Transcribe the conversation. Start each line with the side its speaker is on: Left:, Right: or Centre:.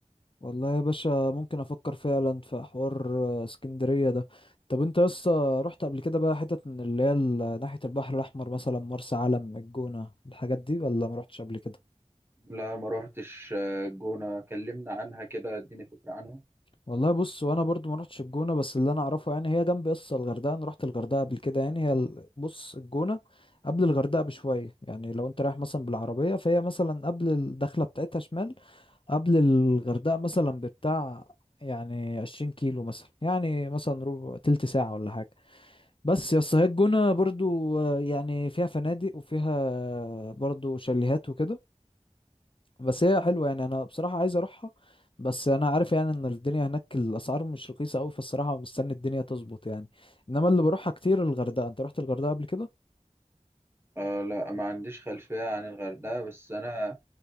Left: والله يا باشا ممكن افكر فعلا في حوار آه، اسكندريه ده طب انت لسه رحت قبل كده بقى حتت من اللي هي ال- ناحيه البحر الاحمر مثلا مرسى علم الجونه الحاجات دي ولا ما رحتش قبل كده
Right: لا ما روحتش آه، الجونة كلمنا عنها كده اديني فكرة عنها
Left: والله بص وانا برضو ما رحتش الجونه بس اللي انا اعرفه يعني هي جنب لسه الغردقه انا رحت الغردقه قبل كده يعني هي ال- بص الجونه قبل الغردقه بشويه يعني لو انت رايح مثلا بالعربيه فهي مثلا قبل الدخله بتاعتها شمال قبل الغردقه مثلا بتاع يعني 20 كيلو مثلا يعني مثلا ربع تلت ساعة ولا حاجة بس يا اسطى هي الجونة برضو آه، يعني فيها فنادق وفيها برضو شاليهات وكده بس هي حلوة يعني انا بصراحة عايز اروحها بس انا عارف يعني ان الدنيا هناك الاسعار مش رخيصة قوي فالصراحة مستني الدنيا تظبط يعني انما اللي بروحها كتير الغردقة انت رحت الغردقة قبل كده
Right: آه لا ما عنديش خلفية عن الغردقة بس أنا